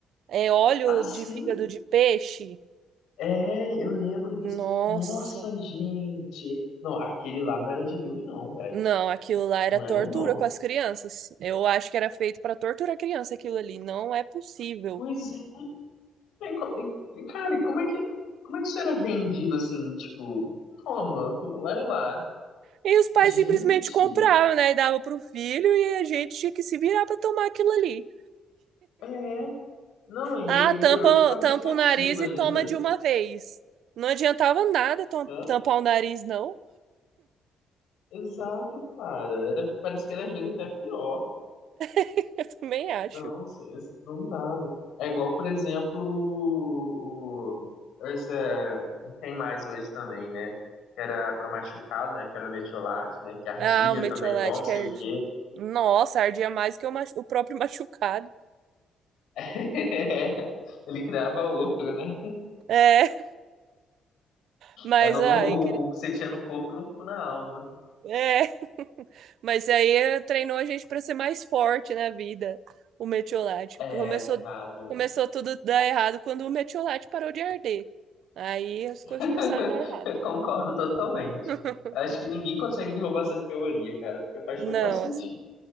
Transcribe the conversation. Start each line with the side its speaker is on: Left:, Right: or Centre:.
Right: é, óleo
Left: Ah, sim!
Right: de fígado de peixe.
Left: É, eu lembro desse.
Right: Nossa.
Left: Nossa, gente! Não, aquele lá não era de Deus, não, velho.
Right: Não, aquilo lá era
Left: Não
Right: tortura
Left: era, não.
Right: com as crianças. Eu acho que era feito para torturar a criança aquilo ali. Não é possível.
Left: Pois é. E, co- e- e, cara, e como é que, como é que isso era vendido assim? Tipo, toma, <laughs> vai lá.
Right: E os pais
Left: Gente,
Right: simplesmente compravam, né? E dava pro filho e a gente tinha que se virar para tomar aquilo ali.
Left: é. Não, e
Right: Ah,
Left: aí
Right: tampa,
Left: eu ficava
Right: tampa
Left: de castigo
Right: o nariz
Left: ainda.
Right: e toma de uma vez. Não adiantava nada tam-
Left: Hã?
Right: tampar o nariz, não.
Left: Exato, cara. Era, parece que era às vezes até pior.
Right: <laughs> Eu também acho.
Left: Nossa, esse não dava. É igual, por exemplo, o, o- esse é- não tem mais hoje também, né? Que era pra machucado, né? Que era o metiolate, né? Que ardia
Right: Ah, o metiolate
Left: também, igual não sei
Right: que ardia.
Left: o quê.
Right: Nossa, ardia mais que o, machu- o próprio <laughs> machucado.
Left: <laughs> Ele criava outro, né?
Right: É, mas
Left: Era um,
Right: aí,
Left: o,
Right: queria.
Left: o que você tinha no corpo, no, na alma.
Right: é. Mas aí treinou a gente para ser mais forte na vida, o metiolate.
Left: É,
Right: Começou,
Left: cara,
Right: começou tudo a dar errado quando o metiolate parou de arder. Aí as coisas
Left: <laughs>
Right: começaram a dar errado.
Left: concordo totalmente.
Right: <laughs>
Left: Acho que ninguém consegue derrubar essa teoria, cara, porque faz
Right: Não,
Left: total sentido.
Right: essa